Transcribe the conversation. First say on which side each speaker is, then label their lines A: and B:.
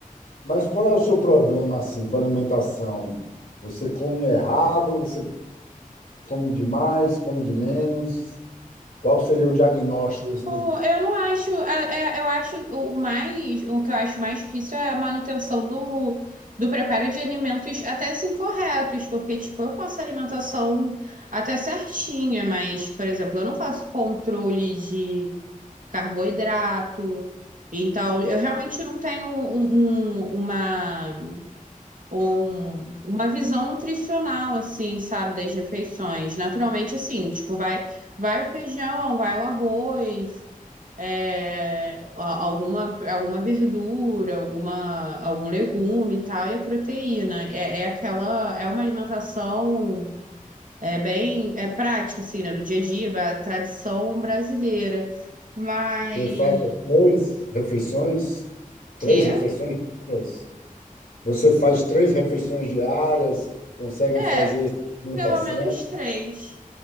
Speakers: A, on the left; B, on the right.
A: Mas qual é o seu problema assim com a alimentação? Você come errado, você come demais, come de menos? Qual seria o diagnóstico? assim?
B: eu eu não acho. é- é- Eu acho o o mais. O que eu acho mais difícil é a manutenção do, do preparo de alimentos até assim corretos, porque, tipo, eu faço alimentação até certinha, mas, por exemplo, eu não faço controle de carboidrato. Então, eu realmente não tenho um- um- uma. um- uma visão nutricional, assim, sabe, das refeições. Naturalmente, assim, tipo, vai, vai o feijão, vai o arroz, é, a- alguma, alguma verdura, alguma, algum legume e tal, e a proteína. É, é aquela, é uma alimentação é, bem, é prática, assim, né, no dia a dia, é a tradição brasileira. Mas,
A: Você faz as três refeições?
B: que?
A: Três refeições? diárias? Você faz três refeições diárias, consegue
B: É,
A: fazer alimentação?
B: pelo menos três.